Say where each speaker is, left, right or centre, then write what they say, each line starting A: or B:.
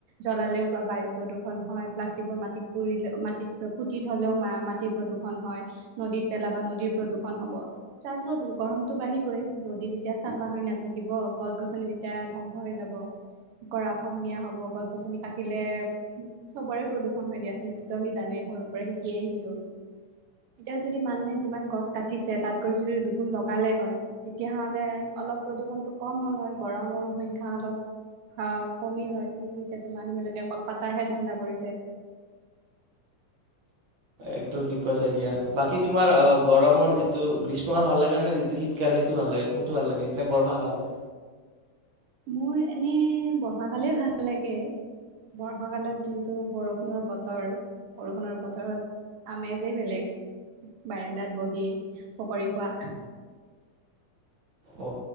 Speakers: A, on the right; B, on the right.
A: জ্বলালেও বায়ু প্ৰদূৰন হয় প্লাষ্টিক বোৰ মাটিত পুলে মাটিত পুতি থলেওঁ মাটি প্ৰদূৰণ হয় নদীত পেলাবা নদীৰ প্ৰদূষন হব তাৰ ফলত গৰমটো বাঢ়িবই নদী যেতিয়া চাফা হৈ নাথাকিব গছ গছনি যেতিয়া ধ্বংস হৈ যাব কৰাৰা খহনীয়া হব গছ গছনি কাটিলে চবৰে প্ৰদূষন হৈ দিয়াচনটো আমি জানোৱেই সৰুৰ পৰা শিকি আহিছো এতিয়া যদি মানুহে যিমান গছ কাটিছে তাতকৈ যদি দুগুন লগালে হয় তেতিয়াহলে অলপ প্ৰদূষণটো কম হ'ল হয় গৰমৰ সংখ্যা অলপ কমিল হয় কিন্তু এতিয়াতো মানুহ বিলাকে অকল কাতাৰহে ধান্দা কৰিছে
B: একদম ঠিক কৰিছে দিয়া বাকী তোমাৰ অহ গৰমৰ যিটো গ্ৰীষ্মকাল ভাল লাগে নে যিটো শীতকাল সেইটো ভাল লাগে কোনটো ভাল লাগে নে বৰ্ষা কাল
A: মোৰ এনে বৰ্ষাকালেই ভাল লাগে বৰ্ষাকালত যোনটো বৰষুণৰ বতৰ বৰষুণৰ বতৰত আমেজেই বেলেগ বাৰাণ্ডাত বহি পকৰি খোৱা
B: অ